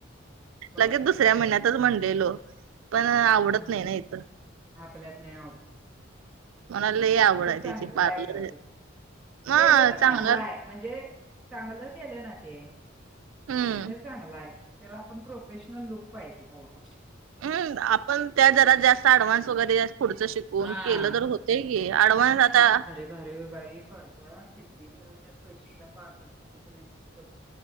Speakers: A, in the centre; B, on the right (about 80°).
A: बरं
B: लगेच
A: आहे
B: दुसऱ्या
A: की घर
B: महिन्यातच
A: बसल्या.
B: म्हणलेलो पण आवडत
A: हम्म
B: नाही ना इथं
A: आपल्यात नाही आवड
B: मला लई आवड
A: ते
B: आहे
A: चांग
B: त्याची पार्लर
A: लाय खरं ते
B: हा
A: केलं तर
B: चांगला
A: चांगलाय म्हणजे चांगलं केलं ना ते
B: हम्म.
A: तर चांगलं आहे. त्याला आपण प्रोफेशनल लुक पाहिजे त्याला पस
B: हम् आपण त्या जराात जास्त ऍडव्हान्स वगैरे पुढच शिकतो. कोण
A: हा
B: केलं तर होतय की अडवान्स आता
A: बरे बाई करता किती मिळवत पैसे त्या पार्लर कडे नसतो.